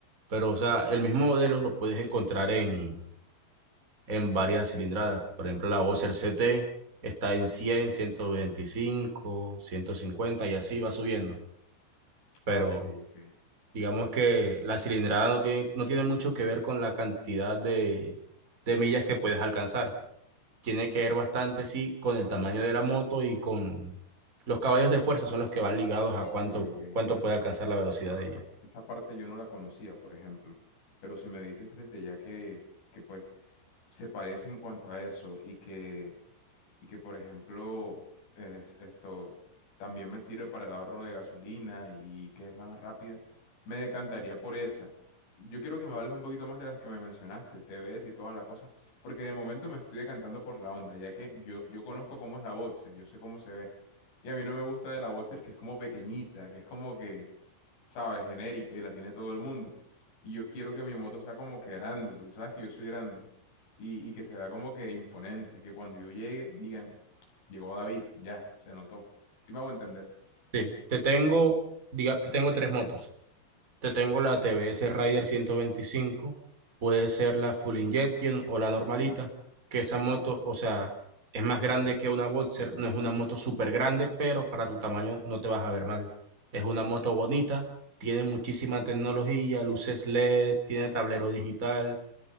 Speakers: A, on the right (about 20°); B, on the left (about 55°).
A: Pero, o sea, el mismo modelo lo puedes encontrar en, en varias cilindradas. Por ejemplo, la Boxer CT está en 100, 125, 150 y así va subiendo. Pero
B: Ah, ok, ok.
A: digamos que la cilindrada no tiene, no tiene mucho que ver con la cantidad de, de millas que puedes alcanzar tiene que ver bastante, sí, con el tamaño de la moto y con los caballos de fuerza son los que van ligados
B: Ok,
A: a cuánto,
B: ok.
A: cuánto puede alcanzar la velocidad
B: Bueno,
A: de
B: esa,
A: ella.
B: esa parte yo no la conocía, por ejemplo. Pero si me dices que desde ya que, que pues se parece en cuanto a eso y que y que, por ejemplo, es- esto también me sirve para el ahorro de gasolina y que es más rápida, me decantaría por esa. Yo quiero que me hables un poquito más de las que me mencionaste, T TVS y toda la cosa, porque de momento me estoy decantando por la Honda, ya que yo, yo conozco cómo es la Boxer, yo sé cómo se ve. Y a mí no me gusta de la Boxer que es como pequeñita, que es como que, ¿sabes? Genérica y la tiene todo el mundo. Y yo quiero que mi moto sea como que grande, porque tú sabes que yo soy grande y, y que se vea como que imponente, que cuando yo llegue digan, llegó David, ya, se notó. ¿Sí me hago entender?
A: Sí, te tengo, diga, te tengo tres motos. Te tengo la TBS Rider ciento veinticinco puede ser la Full Injection o la normalita, que esa moto, o sea, es más grande que una Boxer, no es una moto súper grande, pero para tu tamaño no te vas a ver mal. Es una moto bonita, tiene muchísima tecnología, luces LED, tiene tablero digital.